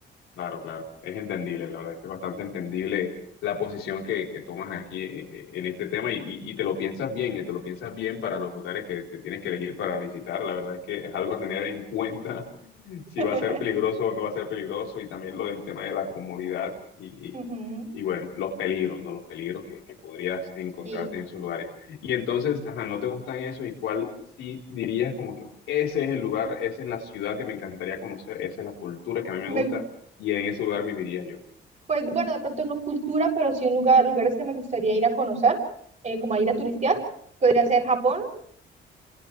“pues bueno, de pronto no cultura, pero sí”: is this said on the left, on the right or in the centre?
Right